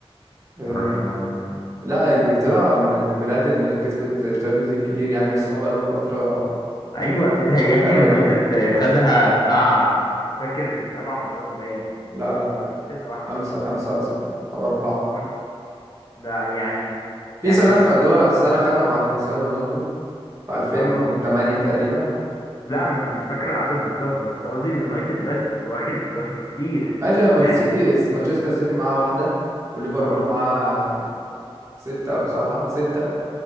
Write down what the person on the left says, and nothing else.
معرفش المعلومة دي
أيوة ده
يا ابني
اليونايتد
خدها بتاع فاكر سبع مرات باين
اليونايتد لوحده
خم- لا يعني
يعني
م-
اه
لا انا مش فاكر العدد بالظبط بس قصدي اليونايتد بس واخد واخد كتير
يعني
اه